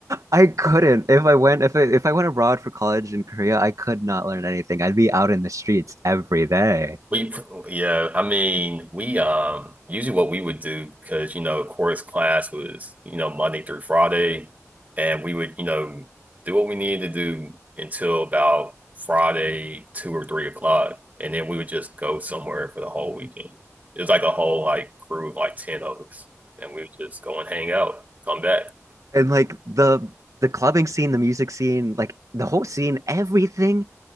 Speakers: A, on the right; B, on the right.
A: I couldn't. If I went if I, if I went abroad for college in Korea, I could not learn anything. I'd be out in the streets every day.
B: We, pr- yeah, I mean, we, um, usually what we would do, because, you know, chorus class was, you know, Monday through Friday, and we would, you know, do what we needed to do until about Friday, two or three o'clock. And then we would just go somewhere for the whole weekend. It was like a whole, like, crew of like 10 of us, and we would just go and hang out, come back.
A: And like the the clubbing scene, the music scene, like the whole scene, everything